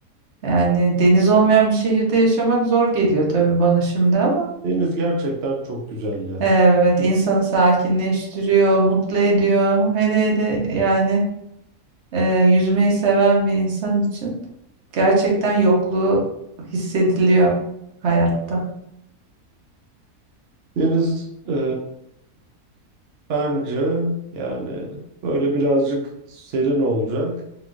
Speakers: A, on the right; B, on the right.
A: Yani deniz olmayan bir şehirde yaşamak zor geliyor tabii bana şimdi ama
B: Deniz gerçekten çok güzel ya.
A: evet insanı sakinleştiriyor, mutlu ediyor. Hele hele yani e, yüzmeyi seven bir insan için gerçekten yokluğu hissediliyor hayatta.
B: Deniz e, bence yani böyle birazcık serin olacak